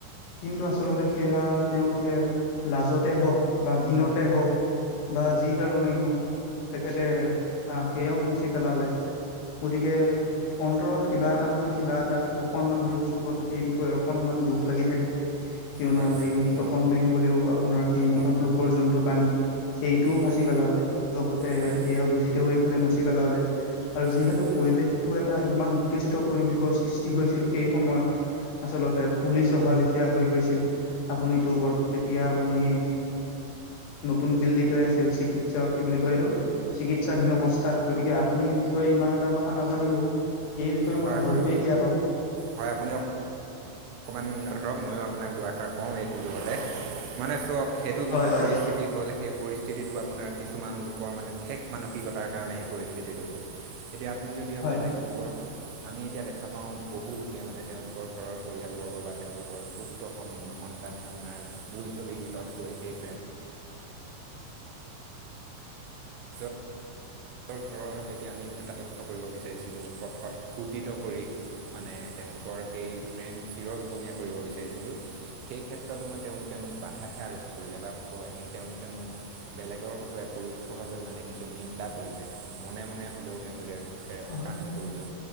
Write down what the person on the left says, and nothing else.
কিন্তু আচলতে সেয়া তেওঁলোকে লাজতে হওক বা ঘীণতে হওক। বা যি কাৰণেই হওঁক তেখেতে আ সেয়াও মচি পেলালে গতিকে অন্তৰত কিবা এটা নহয় কিবা এটা অকনমান হ'লেও চুকত সেই বিষয়ে অকনমান দুখ লাগি থাকে। কিয়নো
আজি
তপন বেংগলিও আপোনাৰ সেই মহৎ
লোকৰ যোনটো বাণী সেইটোও মচি
পেলালে লগতে
এই অভিজিতেও মচি পেলালে আৰু যিহেতু
পৰিৱেশটো এটা ইমান উত্তেজিত পৰিবেশৰ সৃষ্টি হৈছিল সে সেই সময়ত আচলতে পুলিচ আহা লেখীয়া হৈ গৈছিল আপুনি বৰ তেতিয়া আপুনি নতুন দিল্লীতে আছিল চিকিৎসা কি বুলিয় কয়‌ এইটো চিকিৎসাধীন অৱস্থা আপুনি এই বিষয়ে ইমান এটা কথা নাজানিলও। সেই বিষয়ে মই
ভালকৈয়ে
জ্ঞাত।
হয়
হয়
হয়
হয়
হয়